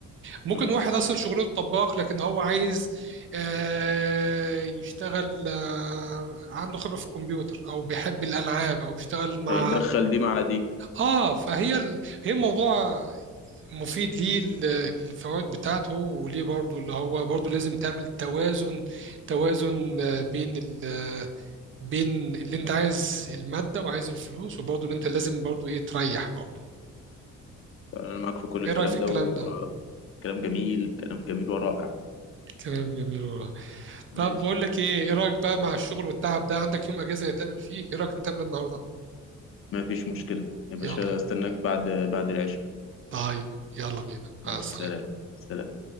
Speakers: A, on the right; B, on the left.
A: ممكن
B: مم.
A: واحد اصلا شغله طباخ لكن هو عايز آه، يشتغل آه، عنده خبرة في الكمبيوتر او بيحب الالعاب او يشتغل مع
B: هيدخل دي مع دي
A: اه فهي ال... هي الموضوع مفيد ليه ال- الفوائد بتاعته وليه برضو اللي هو برضو لازم تعمل توازن توازن آه، بين ال... آه، بين اللي انت عايز المادة وعايز الفلوس وبرضو اللي انت لازم برضو ايه تريح برضو
B: أنا معاك في كل الكلام
A: ايه رأيك في الكلام
B: ده وكلام
A: ده؟
B: جميل كلام جميل ورائع
A: كلام جميل والله
B: ماشي
A: طب بقول لك ايه ايه رايك بقى مع الشغل والتعب ده عندك يوم اجازه نتقابل فيه ايه رايك نتقابل النهارده
B: ما فيش مشكلة يا باشا
A: يلا
B: استناك بعد بعد العشاء
A: طيب يلا بينا
B: عليه
A: مع
B: السلام
A: السلامه
B: سلام